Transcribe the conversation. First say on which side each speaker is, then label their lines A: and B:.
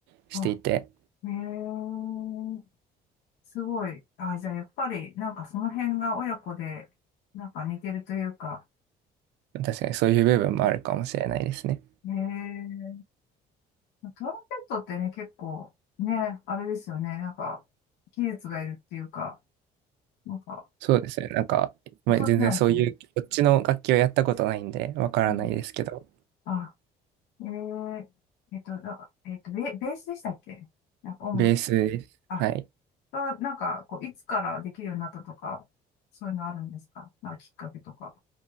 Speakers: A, on the right (about 85°); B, on the left (about 90°).
A: していて、
B: あ、ねえ、すごい。あ、じゃあやっぱり、なんかその辺が親子で、なんか似てるというか。
A: 確かにそういう部分もあるかもしれないですね。
B: うんねえ、トランペットってね、結構、ね、あれですよね。なんか、技術がいるっていうか、なんか、
A: そうですね。なんか、まあ、
B: 音じゃないですね。
A: 全然そういう、こっちの楽器をやったことないんで、わからないですけど、
B: うんあ、えー、えっと、なえっと、ベ、ベースでしたっけなんか音楽、
A: ベースです。
B: あ、
A: はい。
B: はなんか、こう、いつからできるようになったとか、そういうのあるんですかなんかきっかけとか。